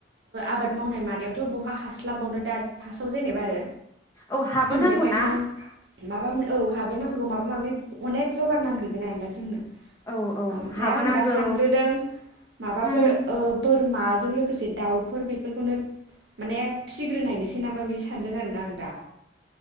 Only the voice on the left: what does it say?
औ हाबो नांगौ
ना
औ औ
हाबो
नांगौ
उम